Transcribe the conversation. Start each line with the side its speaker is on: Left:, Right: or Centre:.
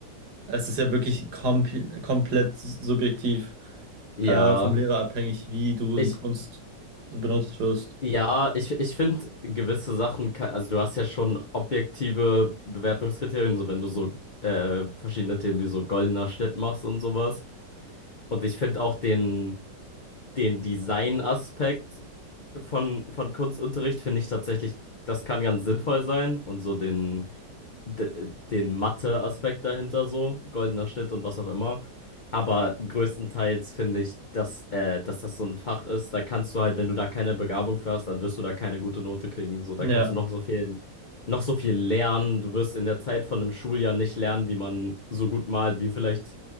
Right: Es ist ja wirklich komp komplett subjektiv
Left: Ja,
Right: äh, vom Lehrer abhängig, wie du
Left: ich,
Right: in Kunst benutzt wirst.
Left: Ja, ich, ich finde gewisse Sachen, ka- also du hast ja schon objektive Bewertungskriterien, so wenn du so äh, verschiedene Themen wie so goldener Schnitt machst und sowas. Und ich finde auch den, den Design-Aspekt von, von Kunstunterricht, finde ich tatsächlich, das kann ganz sinnvoll sein und so den d- äh, den Mathe-Aspekt dahinter so, goldener Schnitt und was auch immer. Aber größtenteils finde ich, dass, äh, dass das so ein Fach ist, da kannst du halt, wenn du da keine Begabung für hast, dann wirst du da keine gute Note kriegen. So, da
Right: Ja.
Left: kannst du noch so viel, noch so viel lernen. Du wirst in der Zeit von einem Schuljahr nicht lernen, wie man so gut malt, wie vielleicht